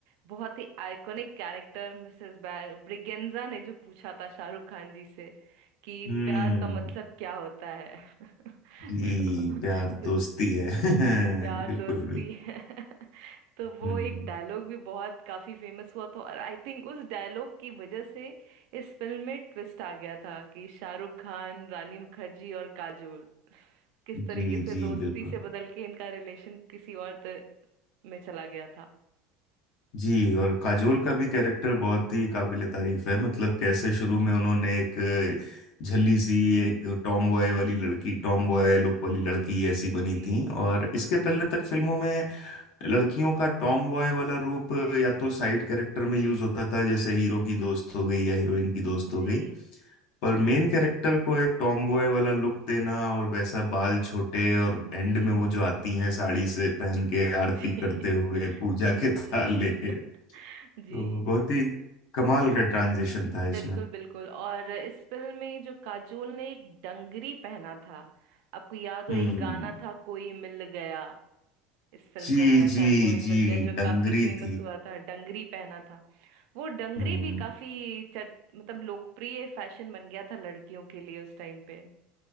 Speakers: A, on the right; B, on the left.
A: बहुत ही आइकॉनिक कैरेक्टर मिसेस ब्रिगेंजा ने जो पूछा था शाहरुख खान जी से कि
B: हम्म
A: प्यार का मतलब क्या होता है <laughs>
B: जी
A: तो,
B: प्यार दोस्ती
A: तो
B: है
A: जी प्यार
B: <laughs> बिल्कुल
A: दोस्ती
B: बिल्कुल
A: है <laughs> तो वो
B: हम्म
A: एक डायलॉग भी बहुत काफी फेमस हुआ था और आई थिंक उस डायलॉग की वजह से इस फिल्म में ट्विस्ट आ गया था कि शाहरुख खान रानी मुखर्जी और काजोल किस तरीके
B: जी
A: से
B: जी
A: दोस्ती
B: बिल्कुल
A: से बदल के इनका रिलेशन किसी और त- में चला गया था
B: जी और काजोल का भी कैरेक्टर बहुत ही काबिले तारीफ है मतलब
A: जी
B: कैसे
A: जी
B: शुरू में उन्होंने एक झल्ली सी एक टॉम
A: जी
B: बॉय वाली लड़की टॉम बॉय लुक वाली लड़की ऐसी
A: जी
B: बनी
A: जी
B: थी और इसके पहले तक फिल्मों में लड़कियों का टॉम बॉय वाला रूप या तो साइड कैरेक्टर में यूज होता था जैसे हीरो की दोस्त हो गई या हीरोइन की दोस्त
A: जी
B: हो गई
A: जी
B: पर मेन कैरेक्टर को एक टॉम बॉय वाला लुक देना और वैसा बाल छोटे और एंड
A: जी
B: में वो जो आती हैं साड़ी से पहन के आरती
A: <laughs>
B: करते हुए पूजा
A: जी
B: के <laughs>
A: जी
B: थाल लेके
A: <laughs> जी
B: तो बहुत ही कमाल का ट्रांजिशन था इसमें
A: बिल्कुल बिल्कुल और इस फिल्म में जो काजोल ने एक डंगरी पहना था आपको याद हो
B: हम्म
A: एक गाना था कोई मिल गया इस फिल्म
B: जी
A: का गाना
B: जी
A: था कोई
B: जी
A: मिल गया जो
B: डंगरी
A: काफी फेमस
B: थी
A: हुआ था डंगरी पहना था वो डंगरी
B: हम्म
A: भी काफी चट मतलब लोकप्रिय फैशन बन गया था लड़कियों के लिए उस टाइम पे